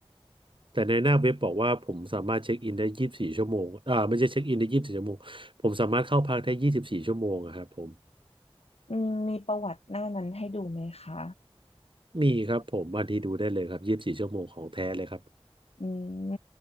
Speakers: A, on the right; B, on the left.
A: แต่ในหน้าเว็บบอกว่าผมสามารถเช็คอินได้ยี่สิบสี่ชั่วโมงอ่าไม่ใช่เช็คอินได้ยี่สิบสี่ชั่วโมงผมสามารถเข้าพักได้ยี่สิบสี่ชั่วโมงอะครับผม
B: อืมมีประวัติหน้านั้นให้ดูไหมคะ
A: มีครับผมวันที่ดูได้เลยครับยี่สิบสี่ชั่วโมงของแท้เลยครับ
B: อืม